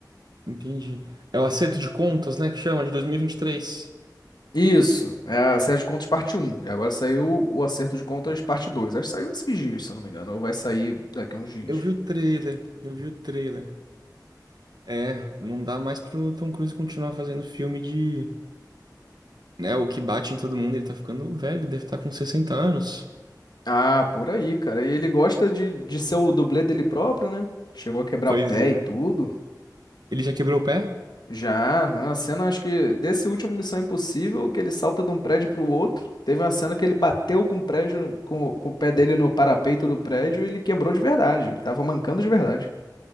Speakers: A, on the right; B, on the left.
A: Entendi. É o acerto de contas, né? Que chama, de dois mil e e vinte e três.
B: Isso, é a série de contas parte um E agora saiu o acerto de contas parte 2. Acho que saiu esses dias, se eu não me engano. Ou vai sair daqui a uns dias.
A: Eu vi o trailer, eu vi o trailer. É, não dá mais pro Tom Cruise continuar fazendo filme de... Né, o que bate em todo mundo, ele tá ficando velho, ele deve estar com sessenta anos.
B: Ah, por aí, cara. E ele gosta de, de ser o dublê dele próprio, né? Chegou a quebrar
A: Pois
B: o pé
A: é.
B: e tudo.
A: Ele já quebrou o pé?
B: Já, não. A cena, acho que desse último Missão Impossível, que ele salta de um prédio pro outro. Teve uma cena que ele bateu com o prédio, com, com o pé dele no parapeito do prédio e ele quebrou de verdade. Ele tava mancando de verdade.